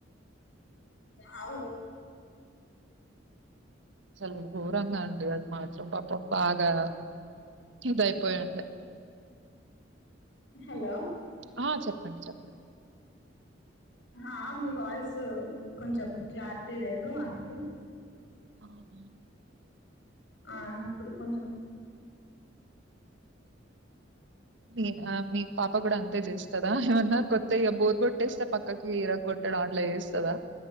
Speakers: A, on the left (about 70°); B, on the right (about 70°).
A: అవు
B: అసలు గోరంగ అండి మాత్రం పాపం బాగా ఇదయిపోయింది
A: హలో
B: ఆ చెప్పండి చెప్పండి
A: హా మీ వాయిస్ కొంచెం క్లారిటీ లేదు అనకి.
B: ఆవున్
A: ఆ ఇప్పుడు కొంచం
B: మీ ఆ మీ పాప కూడా అంతే చేస్తదా ఏమన్నా కొత్త బోర్గొట్ టేస్తే పక్కకి విరగకొట్టడం అట్ల చేస్ తదా